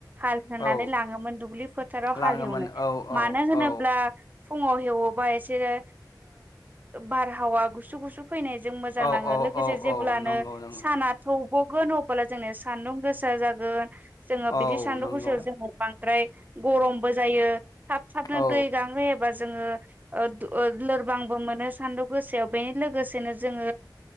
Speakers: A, on the right; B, on the left.
A: हाल होनानै
B: औ
A: लाङोमोन दुब्लि फोथाराव
B: लाङोमोन
A: हाल हेवनो।
B: औ औ
A: मा मानो होनोब्ला
B: औ
A: फुङाव हेवोबा एसेरो बारहावा गुसु-गुसु फैनायजों मोजां
B: औ
A: नाङो।
B: औ
A: लोगोसे
B: औ
A: जेब्लानो
B: औ नंगौ नंगौ
A: साना थौ गगोन अबोब्ला जोंना सान्दुं गोसा जागोन। जोङो बिदि
B: औ
A: सान्दुं
B: नंगौ
A: गोसायाव जोङो बांद्राय गरमबो जायो। थाब-थाबनो
B: औ
A: दै गांहोयोबा जोङो ओ दु लोर बांबो मोनो सान्दुं गोसायाव। बेनि लोगोसेनो जोङो